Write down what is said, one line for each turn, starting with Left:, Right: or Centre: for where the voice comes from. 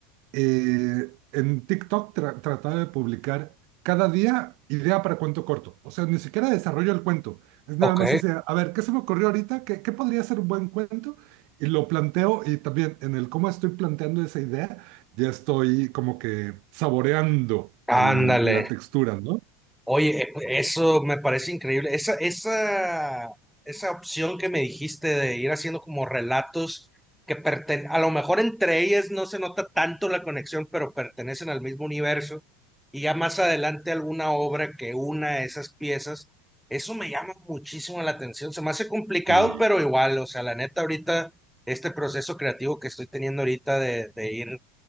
Right: eh, en TikTok tra- trataba de publicar cada día idea para cuento corto. O sea, ni siquiera desarrollo el cuento. Es
Centre: ok,
Right: nada más así, a ver, ¿qué se me ocurrió ahorita? ¿Qué, qué podría ser un buen cuento? Y lo planteo y también en el cómo estoy planteando esa idea, ya estoy como que saboreando
Centre: ándale.
Right: el- la textura, ¿no?
Centre: Oye, eh, eso me parece increíble. Esa, esa, esa opción que me dijiste de ir haciendo como relatos que pertenecen, a lo mejor entre ellas no se nota tanto la conexión, pero pertenecen al mismo universo, y ya más adelante alguna obra que una esas piezas, eso me llama muchísimo la atención. Se me hace complicado,
Right: Y
Centre: pero igual, o sea, la neta ahorita, este proceso creativo que estoy teniendo ahorita de, de ir